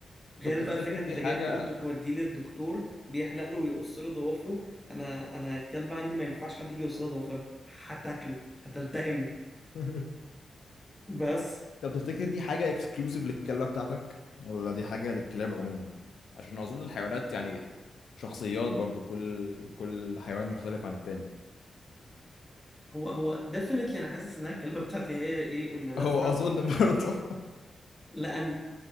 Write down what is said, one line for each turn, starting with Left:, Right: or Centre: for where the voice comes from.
Centre: غير
Left: طب تفتكر
Centre: بقى فكرة
Left: دي
Centre: انت
Left: حاجة
Centre: جاي بتقول بتوديه للدكتور بيحلق له ويقص له ضوافره انا انا الكلب عندي ما ينفعش حد يجي يقص له ضوافرها هتاكله هتلتهمه
Left: <laughs>
Centre: بس
Left: طب تفتكر دي حاجة اكسكلوسيف للكلبة بتاعتك ولا دي حاجة للكلاب عموما عشان اظن الحيوانات يعني شخصيات برضو كل كل حيوان مختلف عن التاني
Centre: هو هو ديفنتلي انا حاسس انها الكلبة بتاعتي هي ايه اللي
Left: <laughs>
Centre: لاسعة
Left: هو اظن برضه
Centre: لان